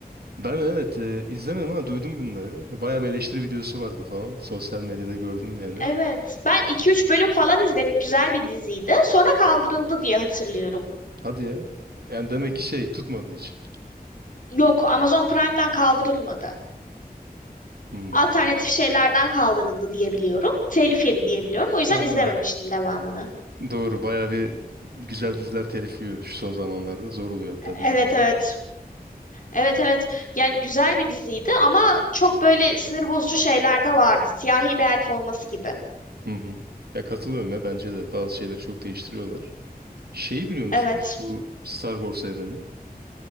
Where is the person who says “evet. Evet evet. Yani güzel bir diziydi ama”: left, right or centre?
Left